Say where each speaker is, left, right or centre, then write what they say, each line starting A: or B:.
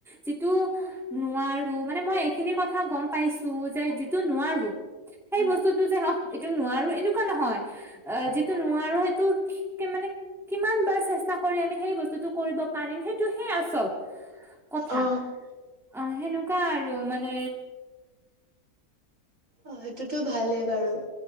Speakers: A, in the centre; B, on the right.
A: যিটো নোৱাৰো মানে মই এইখিনি কথা গম পাইছো যে যি টো নোৱাৰো সেই
B: হা
A: বস্তুটো যে অ এইটো নোৱাৰো এনেকুৱা নহয়, আহ
B: অ
A: যিটো নো নোৱাৰোঁ সেইটো কে মানে কিমান বাৰ চেষ্টা কৰি আমি সেই বস্তুটো কৰিব পাৰিম সেই টো সেই আচল, কথা,
B: অ
A: অ, সেনেকুৱা আৰু মানে
B: অ', সেইটোতো ভালেই বাৰু।